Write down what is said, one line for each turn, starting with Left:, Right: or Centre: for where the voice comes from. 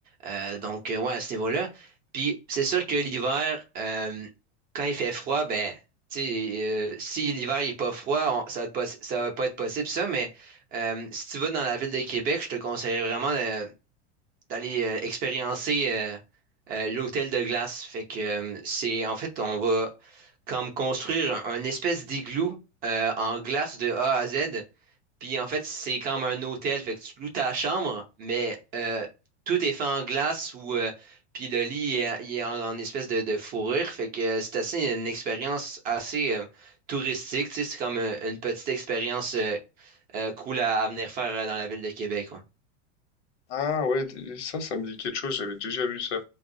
Right: Euh, donc, euh, ouais, à ce niveau-là. Puis c'est sûr que l'hiver, euh, quand il fait froid, ben, tu sais, euh, si l'hiver il est pas froid, on- ça va être possi- ça va pas être possible ça, mais euh, si tu vas dans la ville de Québec, je te conseille vraiment euh, d'aller euh, expériencer euh, euh, l'hôtel de glace. Fait que euh, c'est en fait on va comme construire un, un espèce d'igloo euh, en glace de A à Z. Puis en fait, c'est comme un hôtel, fait que tu loues ta chambre, mais euh, tout est fait en glace ou euh, puis le lit est, il est en, en espèce de, de fourrure, fait que euh, c'est assez une expérience assez euh, touristique, tu sais, c'est comme euh, une petite expérience euh, euh, cool à, à venir faire euh, dans la ville de Québec, ouais.
Left: Ah ouais, des- ça, ça me dit quelque chose. J'avais déjà vu ça.